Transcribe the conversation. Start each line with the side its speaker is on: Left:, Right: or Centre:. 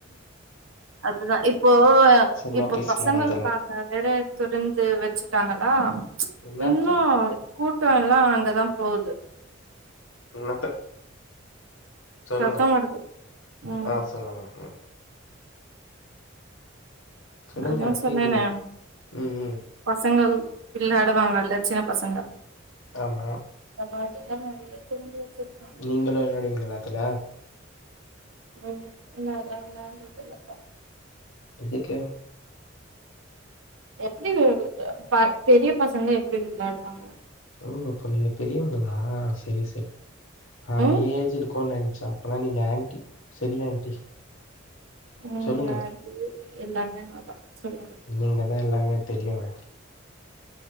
Right: அதுதா இப்போ
Left: சும்மா
Right: இப்போ
Left: போய்
Right: பசங்களுக்கா
Left: சும்மா வந்துர்லா
Right: காக வேற துடந்து வெச்சுட்டாங்களா
Left: என்னாத்த
Right: இன்னு கூட்டோ எல்லா அங்கதா போகுது
Left: இன்னத்த சொல்லுங்க
Right: சத்தோ வருது ம்
Left: ஆ சொல்லுங்க ம் சொல்லுங்க
Right: அதா சொன்னேனே
Left: கேக்குது ம் ம்
Right: பசங்கள் விளாடுவாங்கல்ல சின்ன பசங்க
Left: ஆமா
Right: இந்த மாரி எல்லா நெறையா தெரிஞ்சு வெச்சிருக்க
Left: நீங்களு வெளாடுவீங்களா அதுல
Right: ம்ஹூம் நால்ல வெளாண்டதில்லப்பா
Left: எதுக்கு
Right: எப்டி <unintelligible> பெரிய பசங்க எப்டி விளாடுவாங்க
Left: ஓ அப்ப நீங்க பெரியவங்களா செரி செரி ஆ
Right: ம்
Left: ஏஜ் இருக்குனு நெனச்ச அப்பனா நீங்க ஆன்ட்டி செரி ஆன்ட்டி
Right: ம்
Left: சொல்லுங்க
Right: எல்லாமே நா தா சொல்லுங்க
Left: நீங்க தா எல்லாமே தெரியுமே